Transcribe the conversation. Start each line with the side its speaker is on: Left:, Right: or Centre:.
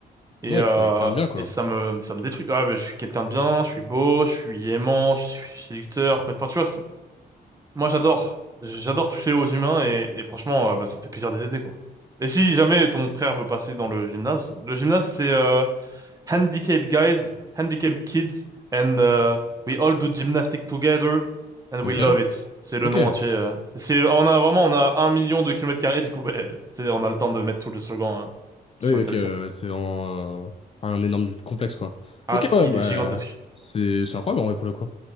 Right: Et,
Left: ouais,
Right: euh,
Left: t'es quelqu'un de bien, quoi.
Right: et ça me, ça me détruit. Ouais, mais je suis quelqu'un de bien, je suis beau, je suis aimant, je suis séducteur. Enfin, tu vois, moi, j'adore. J'adore toucher aux humains et, et franchement, euh, bah, ça me fait plaisir de les aider, quoi. Et si jamais ton frère veut passer dans le gymnase, le gymnase, c'est euh, Handicap Guys, Handicap Kids, and euh, we all do gymnastics together, and
Left: Ok,
Right: we love it. C'est le
Left: ok.
Right: nom entier. euh. C'est, on a vraiment, on a un million de kilomètres carrés, du coup, bah, tu sais, on a le temps de mettre tout le slogan euh, sur
Left: Oui,
Right: l'établissement.
Left: ok, ouais, ouais, c'est vraiment euh, un énorme complexe, quoi.
Right: Ah,
Left: Ok,
Right: c-
Left: ouais,
Right: il
Left: bah,
Right: est gigantesque.
Left: c'est c'est incroyable, en vrai, pour le coup.